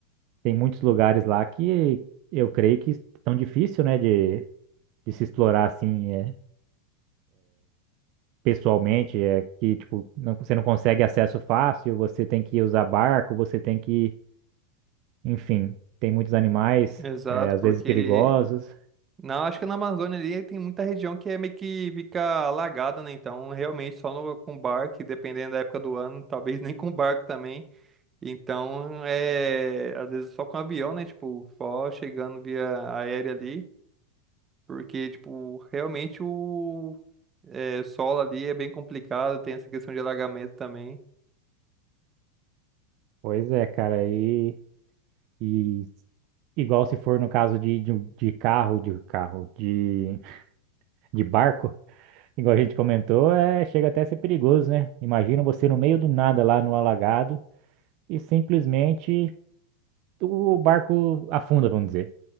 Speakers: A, on the right (about 50°); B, on the right (about 25°).
A: tem muitos lugares lá que eu creio que estão difícil, né, de, de se explorar assim, é, pessoalmente. É que, tipo, não- você não consegue acesso fácil, você tem que usar barco, você tem que Enfim, tem muitos animais,
B: Exato,
A: é, às
B: porque
A: vezes perigosos.
B: Não, acho que na Amazônia ali tem muita região que é meio que fica alagada, né? Então, realmente, só no, com barco, e dependendo da época do ano, <laughs> talvez nem com barco também. Então, é, às vezes só com avião, né? Tipo, só chegando via aérea ali, porque, tipo, realmente o é, solo ali é bem complicado, tem essa questão de alagamento também.
A: Pois é, cara, e, e igual se for no caso de, de, de carro, de carro, de, de barco, <laughs> igual a gente comentou, é, chega até a ser perigoso, né? Imagina você no meio do nada lá no alagado e simplesmente o barco afunda, vamos dizer.